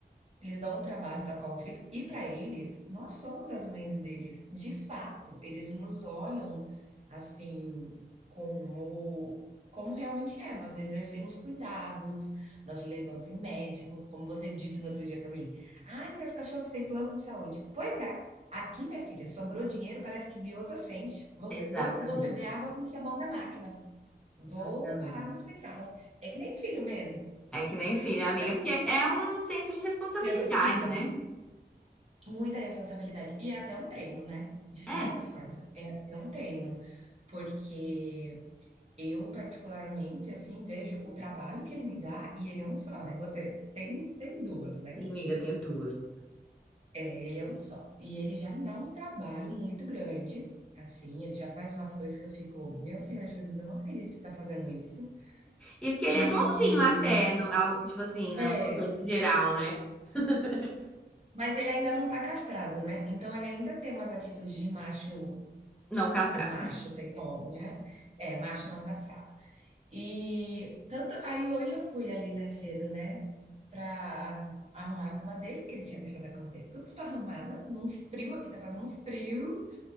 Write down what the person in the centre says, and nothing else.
Exatamente.
Justamente.
É que nem filho, amiga,
porque é um senso de responsabilidade,
né?
É.
Ih, Amiga, eu tenho duas.
Isso que ele
é bonzinho até, no, ao- tipo assim, no
contexto geral, né? <laughs>
Não castrado.